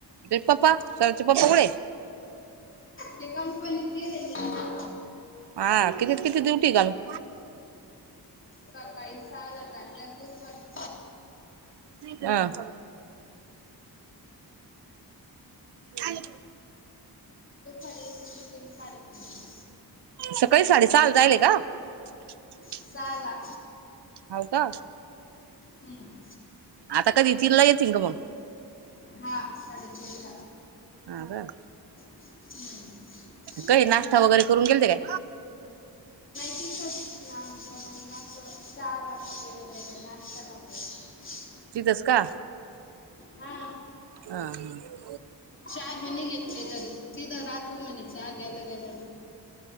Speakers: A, on the right; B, on the left.
A: तेचे पप्पा सौरभ चे पप्पा कुठेय?
B: ते कंपनीत गेलेले.
A: हा कितीत किती देऊ?? <inaudible>
B: सकाळी सहा ला जात्यात डोन्ट वरी.
A: हा. <inaudible>
B: दुपारी येतील ते साडे तीनला.
A: सकाळी साडेसहाला जायले <inaudible>
B: सहाला
A: हौ का
B: हम्म
A: आता कधी तीन ला येतील का मग
B: हा साडेतीन
A: आ का <unintelligible>
B: <unintelligible>
A: काही नाश्ता वगैरे करून गेल ते काय
B: ठीक लाल जास्वंद चहतेे गेले गेले नाच राहतो
A: जितस का
B: हा
A: हा हा
B: चहा बी नि घेतली घरी तिथं राहतो म्हणे चहा गेला गेलं